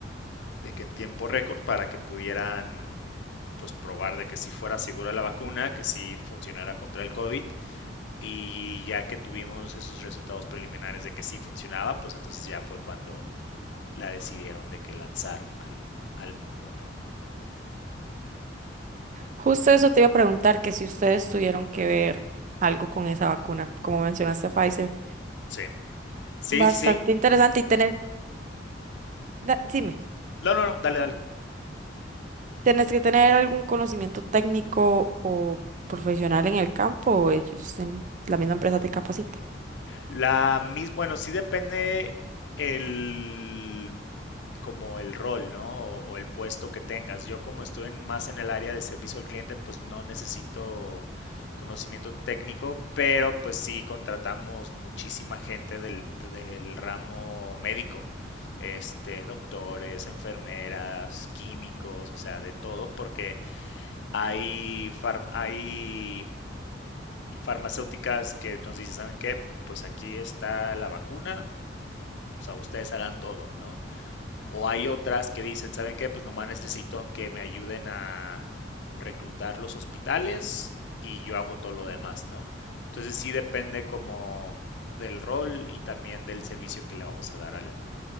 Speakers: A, on the left; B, on the right.
A: de que en tiempo récord para que pudieran pues probar de que si fuera segura la vacuna, que sí funcionara contra el COVID y ya que tuvimos esos resultados preliminares de que sí funcionaba, pues entonces ya fue cuando la decidieron de que lanzar al, al mundo, ¿no?
B: Justo eso te iba a preguntar, que si ustedes tuvieron que ver algo con esa vacuna, como mencionaste a Pfizer.
A: Sí, sí,
B: Bastante
A: sí, sí.
B: interesante y tener... da- Dime.
A: No, no, no, dale, dale.
B: ¿Tenés que tener algún conocimiento técnico o profesional en el campo o ellos en la misma empresa te capacita?
A: La mis, bueno, sí depende el como el rol, ¿no? O, o el puesto que tengas. Yo como estoy en- más en el área de servicio al cliente, pues no necesito conocimiento técnico, pero pues sí contratamos muchísima gente del, del ramo médico, este, doctores, enfermeras, químicos, o sea, de todo, porque hay, farm- hay farmacéuticas que nos dicen, ¿saben qué? Pues aquí está la vacuna, o sea, ustedes hagan todo, ¿no? O hay otras que dicen, ¿saben qué? Pues nomás necesito que me ayuden a reclutar los hospitales y yo hago todo lo demás, ¿no? Entonces sí depende como del rol y también del servicio que le vamos a dar al,